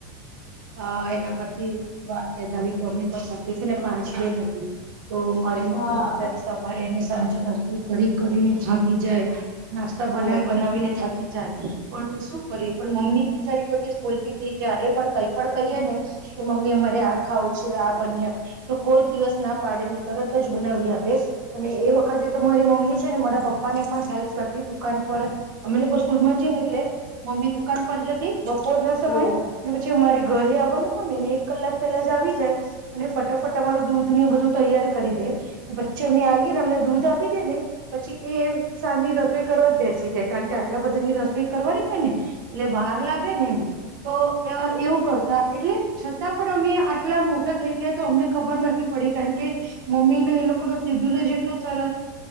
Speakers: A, on the right; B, on the left.
A: હા એના પરથી વાત યાદ આવી કે અમને <unintelligible> છે ને પાંચ બેન હતી. તો મારી મમ્મી
B: હા
A: બેચારી સવારેને સાંજ છે રસોઈ કરી-કરીને થાકી જાય. નાસ્તા બનાવી-બનાવીને
B: ઓ
A: થાક કી જાય. પણ શું કરીએ પણ મમ્મી બિચારી કોઈ દિવસ બોલતી તી જયારે પણ કઈ પણ કહીએ ને કે મમ્મી અમારે આ ખાવું છે આ બની આપ, તો કોઈ જ દિવસ ના પાડે નહી, તરત જ બનાવી આપે. અને એ વખતે તો મારી મમ્મી છે ને મારા પપ પા ને પણ હેલ્પ કરતી દુકાન પર, અમે લોકોમાં સ્કૂલ જઈએને એટલે મમ્મી દુકાન પર જતી બપોર ના સમયે,
B: ઓ
A: ને પછી અમારી ઘરે આવવાનું હોય ને એને એક કલાક પેલા જ આવી જાય, અને ફટાફટ અમારું દૂધ ને એ બધું તૈયાર કરી દે, પછી અમે આવીએને અમને દૂધ આપી દે ને, પછી એ સાંજ ની રસોઈ કરવા જ બેસી જાય, કારણ કે આટલા બધાની રસોઈ કરવાની છે ને એટલે વાર લાગે ને એમ, તો અહ એવું કર એટલે છતાં પણ અમે આટલા મોટા થઈ ગયા તો અમને ખબર નથી પડી કારણ કે મમ્મીને એ લોકો નો સેડ્યલ જ એટલો સરસ